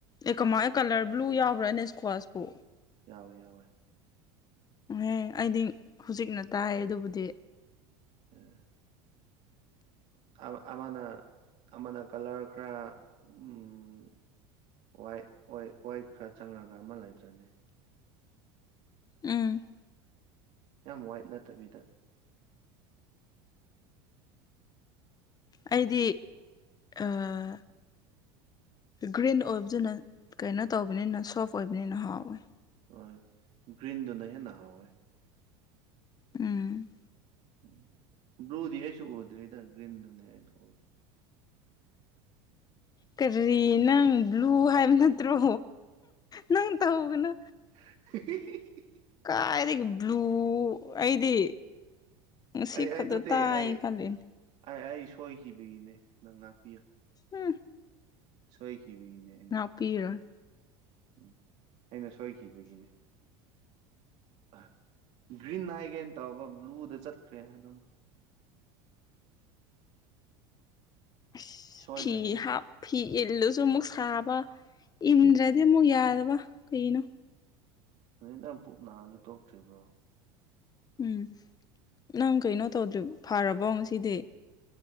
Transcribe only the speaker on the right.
ꯌꯥꯎꯋꯦ ꯌꯥꯎꯋꯦ
ꯎꯝ ꯑꯃ ꯑꯃꯅ ꯑꯃꯅ ꯀꯂꯔ ꯈꯔ ꯎꯝ ꯋꯥꯏꯠ ꯑꯣꯏ ꯋꯥꯏꯠ ꯈꯔ ꯆꯪꯔꯒ ꯑꯃ ꯂꯩꯇ꯭ꯔꯅꯦ
ꯌꯥꯝ ꯋꯥꯏꯠ ꯅꯠꯇꯕꯤꯗ
ꯍꯣꯏ ꯒ꯭ꯔꯤꯟꯗꯨꯅ ꯍꯦꯟꯅ ꯍꯥꯎꯋꯦ
ꯎꯝ ꯕ꯭ꯂꯨꯗꯤ ꯑꯩꯁꯨ ꯎꯗ꯭ꯔꯤꯗ ꯒ꯭ꯔꯤꯟꯗꯨꯅꯤ ꯑꯩꯅ ꯎꯕ
<unintelligible>
ꯑꯩ
ꯑꯩ ꯅꯠꯇꯦ
ꯑꯩ
ꯑꯩ ꯑꯩ ꯁꯣꯏꯈꯤꯕꯒꯤꯅꯦ ꯅꯪ ꯉꯥꯛꯄꯤꯌꯨ
ꯁꯣꯏꯈꯤꯕꯒꯤꯅꯦ ꯑꯩꯅ
ꯎꯝ ꯑꯩꯅ ꯁꯣꯏꯈꯤꯕꯒꯤꯅꯦ ꯑꯥ ꯒ꯭ꯔꯤꯟ ꯍꯥꯏꯒꯦꯅ ꯇꯧꯕ ꯕ꯭ꯂꯨꯗ ꯆꯠꯈ꯭ꯔꯦ ꯑꯗꯨꯝ
ꯁꯣꯏꯈ꯭ꯔꯦ
ꯁꯣꯏꯈ꯭ꯔꯦ
<unintelligible> ꯅꯪ ꯄꯨꯛ ꯅꯥꯕꯗꯨ ꯇꯣꯛꯇ꯭ꯔꯤꯕ꯭ꯔꯣ